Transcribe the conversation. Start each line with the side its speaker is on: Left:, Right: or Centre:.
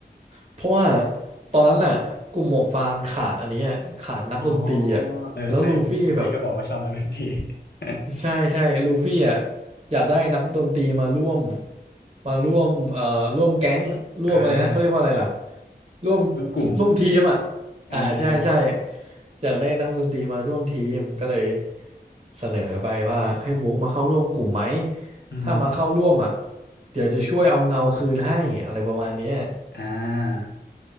Right: เพราะว่าตอนนั้นน่ะกลุ่มหมวกฟางขาดอันเนี้ยขาดนักดนตรีอ่ะแล้วลูฟี่แบบ
Left: อ๋อเออใช่ลูฟี่ก็บอกว่าชอบนักดนตรี <laughs>
Right: ใช่ใช่ลูฟี่อ่ะอยากได้นักดนตรีมาร่วมมาร่วมเอ่อร่วมแก๊งร่วมอะไรนะเขาเรียกว่าอะไรล่ะ
Left: อ่า
Right: ร่วม
Left: ร่วมกลุ่ม
Right: <laughs> ร่วมทีมอ่ะ
Left: อ่าอ่า
Right: อ่าใช่ใช่อยากได้นักดนตรีมาร่วมทีมก็เลยเสนอไปว่าให้บุ๊กมาเข้าร่วมกลุ่มไหม
Left: อือหือ
Right: ถ้ามาเข้าร่วมอ่ะเดี๋ยวจะช่วยเอาเงาคืนให้อะไรประมาณเนี้ย
Left: อ่า